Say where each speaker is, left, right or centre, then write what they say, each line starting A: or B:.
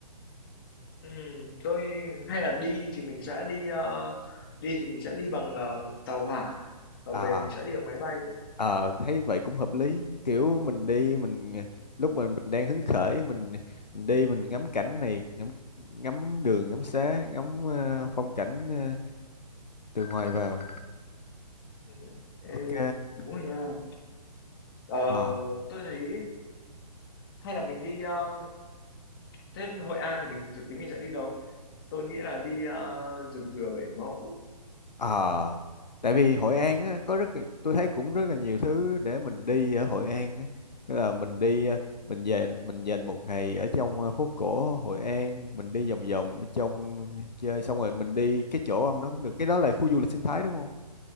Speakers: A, on the left; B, on the left.
A: Ừm, tôi hay là đi thì mình sẽ đi, ờ, đi thì mình sẽ đi bằng, ờ, tàu hỏa, và
B: à
A: về mình sẽ đi bằng máy bay.
B: Ờ thấy vậy cũng hợp lý kiểu mình đi mình lúc mình, mình đang hứng khởi mình mình đi mình ngắm cảnh này ngắm ngắm đường ngắm xá ngắm ờ, phong cảnh ờ, từ ngoài vào
A: Ừ, Ê,
B: ok
A: đúng rồi nha. Ờ,
B: ờ
A: tôi thấy hay là mình đi, ờ, thế Hội An thì mình dự tính mình sẽ đi đâu? Tôi nghĩ là đi, ờ, rừng Dừa Bảy Mẫu.
B: ờ tại vì Hội An á, có rất tôi thấy cũng rất là nhiều thứ để mình đi ở Hội An á. Tức là mình đi ờ, mình dành mình dành một ngày ở trong ờ, phố cổ Hội An mình đi vòng vòng ở trong chơi xong rồi mình đi cái chỗ ông nó cũng được cái đó là khu du lịch sinh thái đúng không